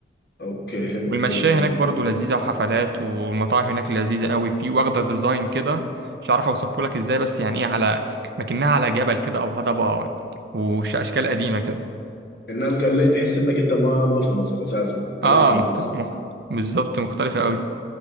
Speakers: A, on the left (about 60°); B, on the right (about 65°).
A: اوكي حلو
B: والمشاية
A: حلو حلو
B: هناك برضو لذيذة وحفلات والمطاعم هناك لذيذة قوي في واخدة ديزاين كده مش عارف اوصفه لك ازاي بس يعني ايه على مكنها على جبل كده او هضبة واشكال قديمة كده
A: الناس قال لي تحس انك انت ما ما في مصر اساسا طلعت
B: اه اه
A: من
B: مختلف
A: مصر
B: مخ... بالظبط مختلفة قوي